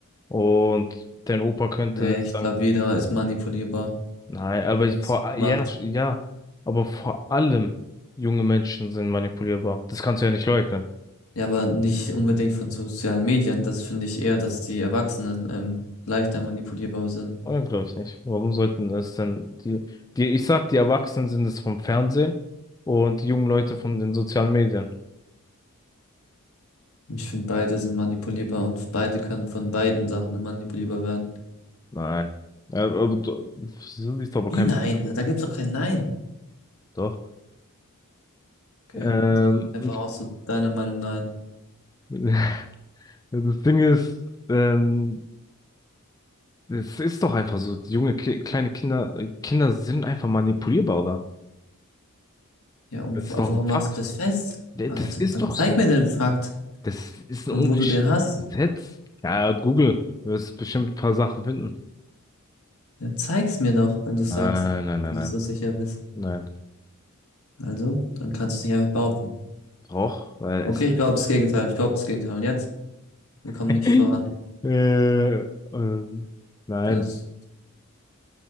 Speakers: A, on the left; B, on the left.
A: Und dein Opa könnte
B: nee,
A: sagen,
B: ich glaube, jeder ist manipulierbar,
A: nein, aber
B: wenn
A: ich-
B: er
A: vor,
B: es gut
A: ja,
B: macht.
A: ja, aber vor allem junge Menschen sind manipulierbar. Das kannst du ja nicht leugnen.
B: Ja, aber nicht unbedingt von sozialen Medien. Das finde ich eher, dass die Erwachsenen ähm, leichter manipulierbar sind.
A: Oder glaube ich nicht. Warum sollten es denn die, die, ich sag, die Erwachsenen sind es vom Fernsehen und die jungen Leute von den sozialen Medien.
B: Ich finde, beide sind manipulierbar und beide können von beiden Sachen manipulierbar werden.
A: Nein. Äh, aber do- Wieso ist aber
B: Wie
A: kein
B: nein?
A: Punkt?
B: Okay. Da gibt's doch kein Nein.
A: Doch.
B: Okay,
A: Ähm,
B: dann sag einfach auch so deiner Meinung nein.
A: <laughs> das Ding ist, ähm, es ist doch einfach so, die junge, Ki kleine Kinder, äh, Kinder sind einfach manipulierbar, oder?
B: Ja, und
A: Das ist
B: wo-
A: doch
B: woran
A: ein Fakt.
B: machst du das fest?
A: Ja,
B: Also,
A: Das ist
B: dann
A: doch
B: zeig
A: so.
B: mir den Fakt,
A: Das ist ein
B: von
A: ungeschriebenes
B: wo du den hast.
A: Gesetz. Ja, Google, du wirst bestimmt ein paar Sachen finden.
B: Dann zeig's mir doch, wenn du sagst,
A: Äh, Nein,
B: wenn
A: nein, nein,
B: du
A: nein.
B: dir so sicher bist.
A: Nein.
B: Also, dann kannst du es nicht einfach behaupten.
A: Doch, weil
B: Okay,
A: es.
B: ich Ja. behaupte das Gegenteil. Ich behaupte das Gegenteil. Und jetzt? Wir kommen
A: <laughs>
B: nicht voran.
A: Äh, ähm, nein.
B: Also